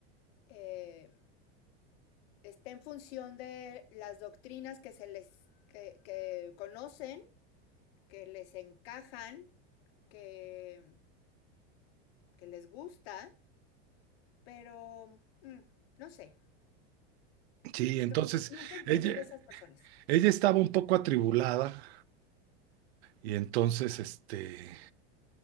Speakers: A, on the left (about 65°); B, on the right (about 75°).
A: eh, está en función de las doctrinas que se les que, que conocen que les encajan, que, que les gusta, pero mm, no sé,
B: Sí, entonces
A: no- nunca he entendido
B: ella,
A: a esas personas.
B: ella estaba un poco atribulada y entonces, este,